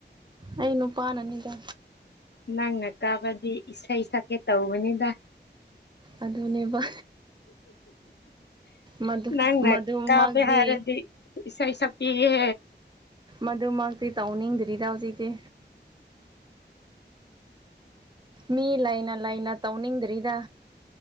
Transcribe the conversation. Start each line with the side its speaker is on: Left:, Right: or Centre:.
Right: ꯑꯩ ꯅꯨꯄꯥꯅꯅꯤꯗ
Left: ꯅꯪꯅ ꯀꯥꯕꯗꯤ ꯏꯁꯩ ꯁꯛꯀꯦ ꯇꯧꯕꯅꯤꯗ
Right: ꯑꯗꯨꯅꯦꯕ ꯃꯗꯨ
Left: ꯅꯪꯅ
Right: ꯃꯗꯨꯃꯛꯇꯤ
Left: ꯀꯕꯦ ꯍꯥꯏꯔꯗꯤ ꯏꯁꯥ ꯏ ꯏꯁꯥ ꯏꯍꯦ
Right: ꯃꯗꯨꯃꯛꯇꯤ ꯇꯧꯅꯤꯡꯗ꯭ꯔꯤꯗ ꯍꯧꯖꯤꯛꯇꯤ ꯃꯤ ꯂꯩꯥꯏꯅ ꯂꯥꯏꯅ ꯇꯧꯅꯤꯡꯗ꯭ꯔꯤꯗ